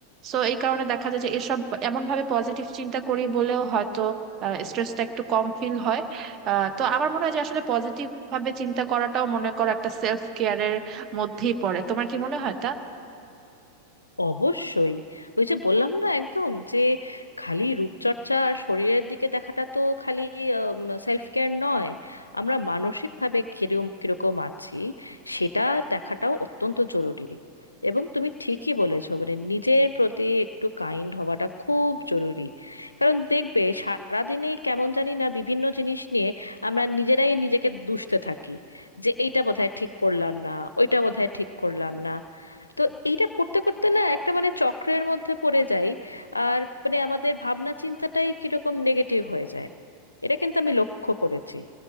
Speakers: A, on the right; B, on the left.
A: সো এই কারণে দেখা যায় যে এসব এমন ভাবে পজিটিভ চিন্তা করি বলেও হয়তো স্ট্রেসটা একটু কম ফিল হয় আহ, তো আমার মনে হয় যে আসলে পজিটিভ ভাবে চিন্তা করাটাও মনে করো একটা সেলফ কেয়ারের মধ্যেই পড়ে তোমার কি মনে হয় তা
B: অবশ্যই ওই যে বললাম না একদম যে খালি রূপচর্চা আর শরীরের দিকে দেখাটা তো খালি সেলফ কেয়ার নয় আমরা মানসিকভাবে কিরকম কিরকম আছি সেটা দেখাটাও অত্যন্ত জরুরি এবং তুমি ঠিকই বলেছো মানে নিজের প্রতি একটু কাইন্ড হওয়াটা খুব জরুরি কারণ দেখবে সারাদিনে কেমন জানি না বিভিন্ন জিনিস নিয়ে আমরা নিজেরাই নিজেকে দুষতে থাকি যে এইটা বোধহয় ঠিক করলাম না ওইটা বোধহয় ঠিক করলাম না তো এইটা করতে করতে না একটা মানে চক্রের মধ্যে পড়ে যাই আর মানে আমাদের ভাবনা চিন্তাটাই কিরকম নেগেটিভ হয়ে যায় এটা কিন্তু আমি লক্ষ্য করেছি